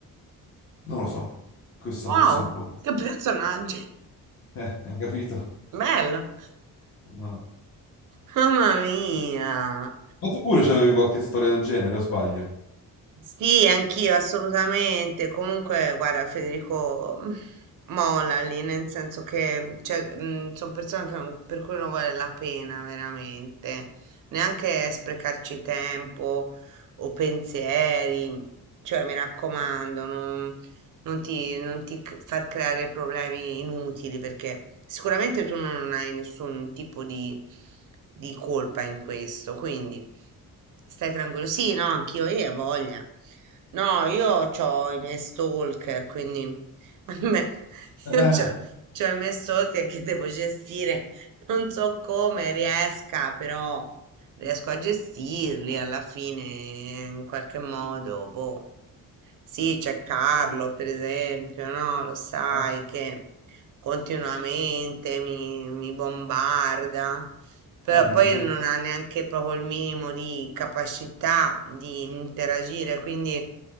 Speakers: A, on the left; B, on the right.
A: Non lo so, questo
B: Wow,
A: forse è un po'... <laughs>
B: che personaggi!
A: Eh, hai capito?
B: Bello!
A: Ma... ma
B: Mamma mia!
A: tu pure c'avevi qualche storia del genere, o sbaglio?
B: Sì, anch'io assolutamente. Comunque, guarda, Federico mm, molla lì, nel senso che sono persone che non- per cui non vale la pena veramente neanche sprecarci tempo o pensieri. mm, Cioè, mi raccomando, non, non ti, non ti c- far creare problemi inutili perché sicuramente tu non hai nessun tipo di, di colpa in questo. Quindi. Stai tranquillo? Sì, no, anch'io, io ho voglia. No, io ho i miei stalker, quindi <laughs> a me,
A: Eh,
B: io ho i miei stalker che devo gestire. Non so come riesca, però riesco a gestirli alla fine in qualche modo. Boh. Sì, c'è Carlo, per esempio, no? Lo sai
A: <laughs>
B: che continuamente mi, mi bombarda, però
A: eh, mi
B: poi
A: dicevi...
B: non ha neanche proprio il minimo di capacità di interagire, quindi